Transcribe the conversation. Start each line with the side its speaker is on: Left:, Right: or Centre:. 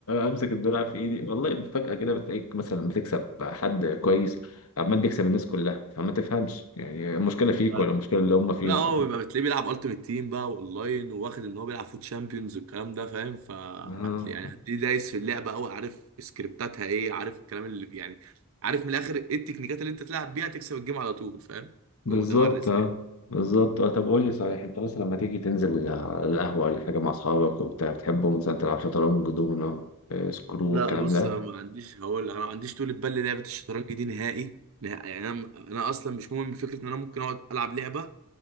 Left: امسك الدرع في ايدي والله فجأة كده بتلاقيك مثلا بتكسب حد كويس عمال بيكسب الناس كلها فما تفهمش يعني المشكلة فيك
Right: ف-
Left: ولا المشكلة اللي هم فيهم
Right: لا هو بيبقى بتلاقيه بيلعب التيمت تيم بقى اونلاين وواخد ان هو بيلعب فوت شامبيونز والكلام ده فاهم فهتلاقي
Left: اه
Right: يعني هتلاقيه دايس في اللعبة قوي عارف سكريبتاتها ايه عارف الكلام اللي يعني عارف من الاخر ايه التكنيكات اللي انت تلعب بيها تكسب الجيم على طول فاهم
Left: بالظبط
Right: بيبقى متمرس
Left: اه بالظبط اه طب قول لي صحيح انت مثلا لما تيجي تنزل على القهوة ولا حاجة مع اصحابك وبتاع بتحبوا مثلا تلعب شطرنج دومينو آه، سكرو
Right: لا
Left: الكلام
Right: بص
Left: ده
Right: انا ما عنديش هقول انا ما عنديش طول بال للعبه الشطرنج دي نهائي نهائي يعني انا انا اصلا مش مؤمن بفكره ان انا ممكن اقعد العب لعبه